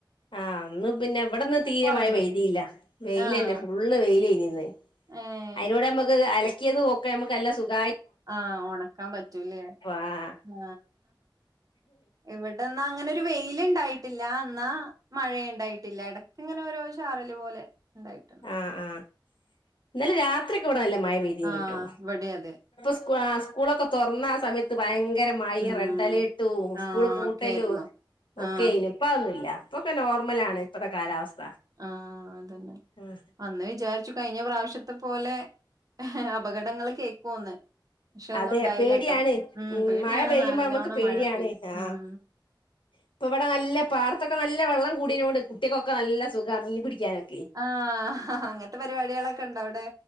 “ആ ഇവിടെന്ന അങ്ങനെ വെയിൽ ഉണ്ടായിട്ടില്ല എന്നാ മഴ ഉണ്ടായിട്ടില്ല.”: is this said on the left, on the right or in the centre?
Right